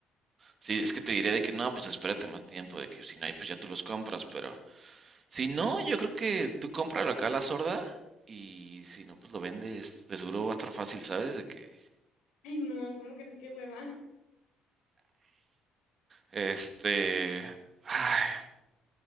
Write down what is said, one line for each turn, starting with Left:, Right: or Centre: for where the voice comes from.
Right: Sí, es que te diría de que no, pues espérate más tiempo, de que si no hay, pues ya tú los compras, pero Si no, yo creo que tú cómpralo acá a la sorda y si no, pues lo vendes. De seguro va a estar fácil, ¿sabes? De que,
Left: Ay, no, ¿cómo crees que hueva?
Right: este, ay,